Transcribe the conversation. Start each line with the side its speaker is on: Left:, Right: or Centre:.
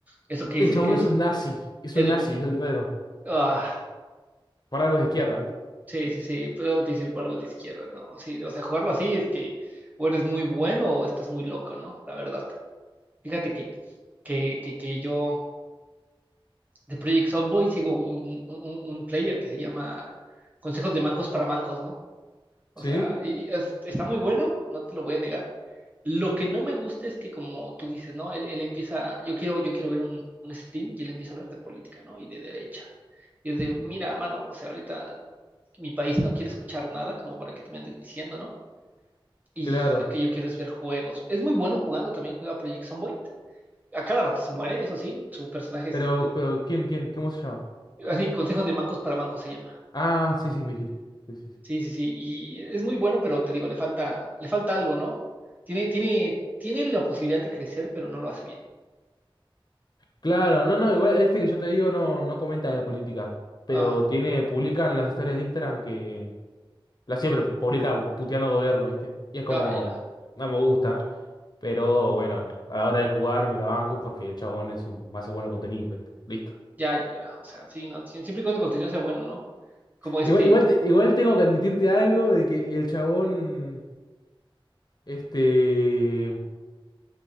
Right: Eso quiere
Left: El
Right: decir
Left: chabón
Right: que es
Left: es un
Right: un.
Left: nazi. Es
Right: Es
Left: un
Right: lo
Left: nazi,
Right: que.
Left: es el verdadero.
Right: Ah,
Left: Por algo es de izquierda, ¿viste?
Right: sí, sí, sí. Puedo decir por algo de izquierda, ¿no? Sí, o sea, jugarlo así es que o eres muy bueno o estás muy loco, ¿no? La verdad. Fíjate que, que, que, que yo. de Project Softboy sigo un, un, un player que se llama Consejos de Mancos para Mancos, ¿no? O
Left: Sí,
Right: sea, y y es- está muy bueno, no te lo voy a negar. Lo que no me gusta es que como tú dices, ¿no? Él, él empieza, yo quiero, yo quiero ver un, un stream y él empieza a hablar de política, ¿no? Y de derecha. Y es de, mira, mano, o sea, ahorita mi país no quiere escuchar nada como para que tú me andes diciendo, ¿no? Y
Left: claro.
Right: lo que yo quiero es ver juegos. Es muy bueno jugando, también juega Project Zomboid. A cada rato se muere, eso sí, su personaje es,
Left: Pero,
Right: eh,
Left: pero, ¿quién, quién? ¿Cómo se llama?
Right: así, Consejos de Mancos para Mancos se llama.
Left: Ah, sí, sí, me dijiste. Sí, sí. sí.
Right: Sí, sí, sí, y es muy bueno, pero te digo, le falta, le falta algo, ¿no? Tiene, tiene, tiene la posibilidad de crecer, pero no lo hace bien.
Left: Claro, no, no, igual este que yo te digo no, no comenta de política. Pero
Right: Ah,
Left: tiene, publica en las historias de Instagram que la siempre pu- publica puteando al gobierno, ¿viste? Y es como,
Right: ah, ya,
Left: no me gusta. Pero bueno, a la hora de jugar me la banco porque el chabón es un, hace bueno contenido, ¿viste? Listo.
Right: ya, ya, o sea, sí, no, sí, siempre y cuando el contenido sea bueno, ¿no? Como este,
Left: Igual, igual, te- igual tengo que admitirte algo de que el chabón, este,